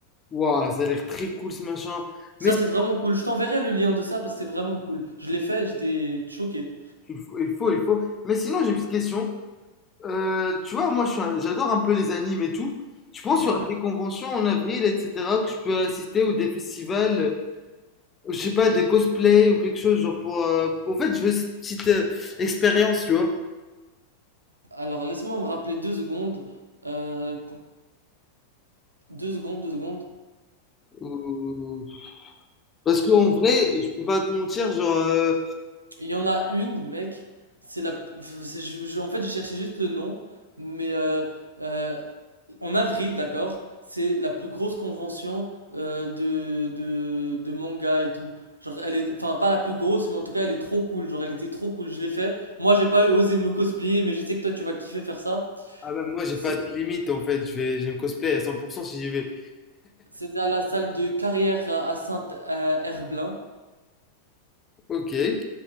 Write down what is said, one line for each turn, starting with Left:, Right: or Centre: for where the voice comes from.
Left: Waouh, ça a l'air très cool ce machin. Mais
Right: Ça
Left: c'est-
Right: c'est vraiment cool. Je t'enverrai le lien de ça parce que c'est vraiment cool. Je l'ai fait, j'étais choqué.
Left: il faut, il faut, il faut. Mais sinon, j'ai une petite question. Euh, tu vois, moi, je suis un- j'adore un peu les animes et tout. Tu penses
Right: Ouais.
Left: qu'il y aura des conventions en avril, etc., que je peux assister ou des festivals, euh, je sais pas, des cosplays ou quelque chose, genre pour. euh, En fait, je veux cette petite euh, expérience, tu vois.
Right: Alors laisse-moi me rappeler deux secondes. Euh, deux secondes, deux secondes.
Left: Euh, Parce qu'en vrai, je peux pas te mentir, genre. euh,
Right: Il y en a une, mec. C'est la. c'est- je- je- en fait, je cherchais juste le nom, mais euh, euh, En avril, d'accord, c'est la plus grosse convention euh, de, de, de manga et tout. Genre, elle est, enfin, pas la plus grosse, mais en tout cas, elle est trop cool. Genre, elle était trop cool, je l'ai fait. Moi, j'ai pas osé me cosplayer, mais je sais que toi, tu vas kiffer faire ça.
Left: Ah bah, moi, j'ai
Right: C'est-
Left: pas de limite en fait, je vais, je vais me cosplayer à 100% si j'y vais.
Right: C'était à la salle de carrière à à Saint-Herblain.
Left: Ok.